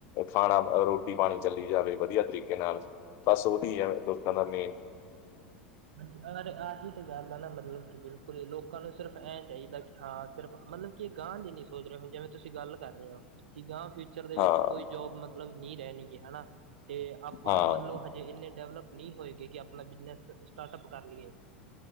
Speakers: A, on the left; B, on the right.
A: ਖਾਣਾ ਰੋਟੀ ਪਾ ਪਾਣੀ ਚੱਲੀ ਜਾਵੇ ।ਵਧੀਆ ਤਰੀਕੇ ਨਾਲ, ਬਸ ਉਹੀ ਹੈ। ਲੋਕਾਂ ਦਾ ਮੇਨ
B: ਅ ਆਹੀ ਤਾਂ ਗੱਲ ਆ ਨਾ ਮਤਲਬ ਕਿ ਬਿਲਕੁਲ ਹੀ ਲੋਕਾਂ ਨੂੰ ਸਿਰਫ ਐ ਚਾਹੀਦਾ ਕਿ ਹਾਂ ਸਿਰਫ ਮਤਲਬ ਕਿ ਇਹ ਗਾਂਹ ਦੀ ਨੀ ਸੋਚ ਰਹੇ ਹੁਣ, ਜਿਵੇਂ ਤੁਸੀਂ ਗੱਲ ਕਰ ਰਹੇ ਹੋ ਕਿ ਗਾਂਹ ਫਿਊਚਰ ਦੇ ਵਿੱਚ
A: ਹਾਂ
B: ਕੋਈ ਜੋਬ ਮਤਲਬ ਨਹੀ ਰਹਿਣੀ ਹੈ ਹਨਾ, ਤੇ ਆਪਾਂ
A: ਹਾਂ
B: ਮਤਲਬ ਹਜੇ ਇੰਨੇ ਡਿਵਲਪ ਨਹੀਂ ਹੋਏਗੀ ਕਿ ਆਪਣਾ ਬਿਜਨਸ ਸਟਾਰਟਅਪ ਕਰ ਲਈਏ